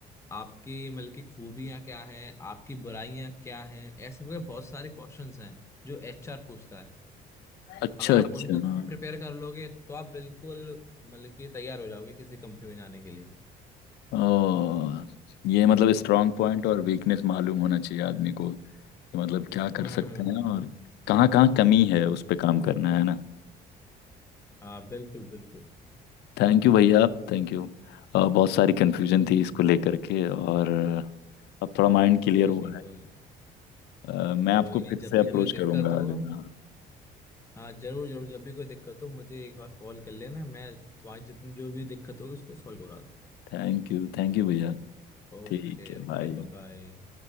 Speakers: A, on the left; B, on the left.
A: आपकी मतलब की खूबियाँ क्या है आपकी बुराइयाँ क्या है ऐसे करके बहुत सारे क्वेश्चंस हैं जो एचआर पूछता है
B: अच्छा
A: अगर आप
B: अच्छा
A: उनको
B: हाँ
A: प्रिपेयर कर लोगे तो आप बिल्कुल मतलब कि तैयार हो जाओगे किसी कंपनी में जाने के लिए
B: ओ ये मतलब स्ट्रांग पॉइंट और वीकनेस मालूम होना चाहिए आदमी को कि मतलब क्या कर
A: हम्म
B: सकते
A: हम्म
B: हैं
A: हम्म
B: और कहाँ कहाँ कमी है उस पे काम करना है ना
A: हाँ बिल्कुल बिल्कुल
B: थैंक यू भैया आप थैंक यू बहुत सारी कन्फ्यूजन
A: हम्म
B: थी इसको
A: हम्म
B: लेकर के और अब थोड़ा माइंड क्लियर
A: कोई
B: हुआ
A: नहीं कोई
B: है
A: नहीं
B: अ, मैं आपको
A: कोई नहीं
B: फिर से
A: जब भी
B: अप्रोच
A: कोई दिक्कत
B: करूंगा
A: हो
B: अगर हाँ
A: हाँ जरूर जरूर जब भी कोई दिक्कत हो मुझे एक बार कॉल कर लेना मैं तुम्हारी जितनी जो भी दिक्कत होगी उसको सॉल्व करा दूंगा
B: थैंक यू थैंक यू भैया
A: Okay
B: ठीक है
A: okay
B: बाय
A: bye bye